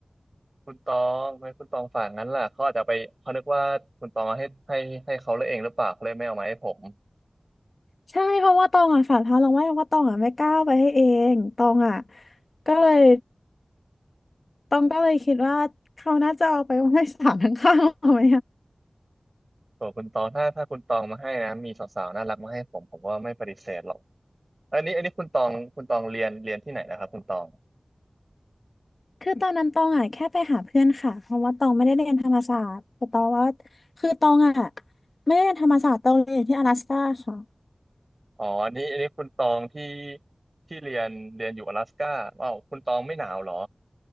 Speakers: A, on the right (about 45°); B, on the left (about 70°).
A: คุณตองทำไมคุณตองฝากงั้นล่ะเขาอาจจะไปเขานึกว่าคุณตองเอาให้ให้ให้เขาเลยเองหรือเปล่าเขาเลยไม่เอามาให้ผม
B: ใช่เพราะว่าตองอ่ะฝากพาลงไว้เพราะว่าตองอ่ะไม่กล้าเอาไปให้เองตองอ่ะก็เลยตองก็เลยคิดว่าเขาน่าจะเอาไปไว้ <laughs> ให้ศาลข้างๆเอาไหม
A: โอ้คุณตองถ้าถ้าคุณตองมาให้นะ มีสาวๆน่ารักมาให้ผม ผมก็ไม่ปฏิเสธหรอกอันนี้อันนี้คุณตองคุณตองเรียนเรียนที่ไหนนะครับคุณตอง
B: คือตอนนั้นตองอ่ะแค่ไปหาเพื่อนค่ะเพราะว่าตองไม่ได้เรียนธรรมศาสตร์แต่ตองว่าคือตองอ่ะไม่ได้เรียนธรรมศาสตร์ตองเรียนอยู่ที่阿拉斯ก้าค่ะ
A: อ๋ออันนี้อันนี้คุณตองที่ที่เรียนเรียนอยู่อลาสก้าว้าวคุณตองไม่หนาวเหรอ